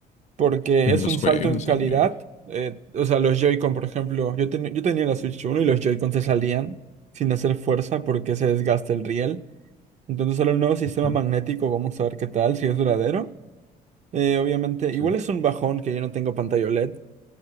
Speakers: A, on the right; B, on the left.
A: porque
B: Pero
A: es
B: los
A: un
B: juegos,
A: salto en calidad.
B: amigo.
A: eh, o sea, los Joy-Con, por ejemplo, yo, ten- yo tenía la Switch uno y los Joy-Con se salían sin hacer fuerza porque se desgasta el riel. Entonces, ahora el nuevo sistema
B: Ajá,
A: magnético, vamos a ver qué tal, si es duradero. Eh, obviamente, igual
B: sí.
A: es un bajón que yo no tengo pantalla OLED,